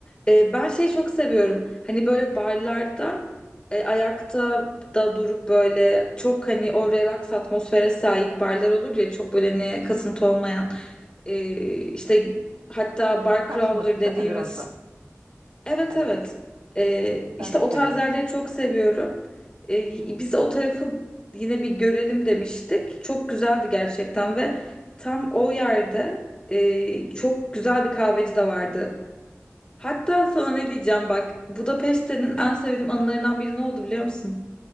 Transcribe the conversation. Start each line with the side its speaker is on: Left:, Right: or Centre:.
Left: E, ben şeyi çok seviyorum. Hani böyle barlarda e, ayakta da durup böyle çok hani o relax atmosfere sahip barlar olur ya çok böyle hani kasıntı olmayan. E, işte hatta bar
Right: Taşması
Left: crawler dediğimiz
Right: değil mi biraz da?
Left: Evet
Right: Evet.
Left: evet. Ee, işte
Right: Ben de
Left: o
Right: severim.
Left: tarz yerleri çok seviyorum. Ee, biz o tarafı yine bir görelim demiştik. Çok güzeldi gerçekten ve tam o yerde e, çok güzel bir kahveci de vardı. Hatta sana ne diyeceğim bak. Budapeşte'nin en sevdiğim anılarından biri ne oldu biliyor musun?